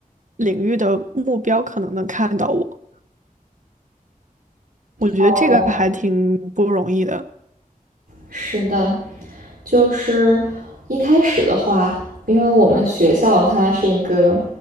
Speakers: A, on the right; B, on the right.
A: 领域的目标可能能看到我，我觉得这个还挺不容易的。
B: 哦，是的，就是一开始的话，因为我们学校它是一个